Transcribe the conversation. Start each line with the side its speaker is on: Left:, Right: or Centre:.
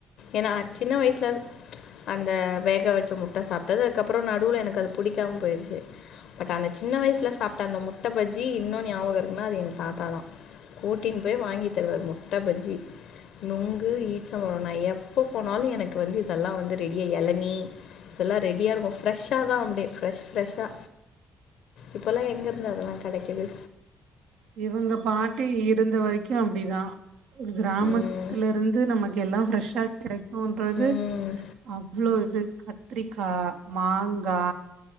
Left: ஏனா சின்ன வயசுல அந்த வேக வெச்ச முட்ட சாப்ட்டது அதுக்கப்பற நடுவுல எனக்கு அது புடிக்காம போயிருச்சு பட் ஆனா சின்ன வயசுல சாப்ட்ட அந்த முட்ட பஜ்ஜி இன்னு ஞாபக இருக்குனா அது எங்க தாத் தாதா கூட்டின்னு போயி வாங்கி தருவாரு முட்ட பஜ்ஜி நொங்கு ஈச்சம்பழ நா எப்ப போனாலு எனக்கு வந்து இதெல்லா வந்து ரெடியா எளநீ இதெல்லா ரெடியா இருக்கு ஃப்ரெஷ்ஷா தா அப்டியே ஃப்ரெஷ் ஃப்ரெஷ்ஷா இப்பலா எங்கருந்து அதெல்லா கெடைக்குது
Right: இவுங்க பாட்டி இவ் இருந்த வரைக்கு அப்டிதா கிராமத்துலருந்து
Left: ம்,
Right: நமக்கு எல்லா ஃப்ரெஷ்ஷா கெடைக் குன்றது
Left: ம்
Right: அவ்ளோ இது கத்ரிக்கா மாங்கா